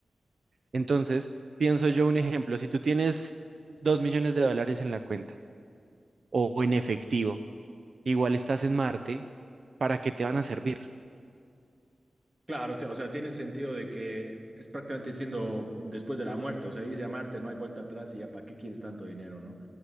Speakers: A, on the right; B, on the right.
A: Entonces, pienso yo un ejemplo, si tú tienes dos millones de dólares en la cuenta o en efectivo, igual estás en Marte, ¿para qué te van a servir?
B: Claro, te- o sea, tiene sentido de que es prácticamente diciendo después de la muerte, o sea, irse a Marte, no hay vuelta atrás y ya para qué quieres tanto dinero, ¿no?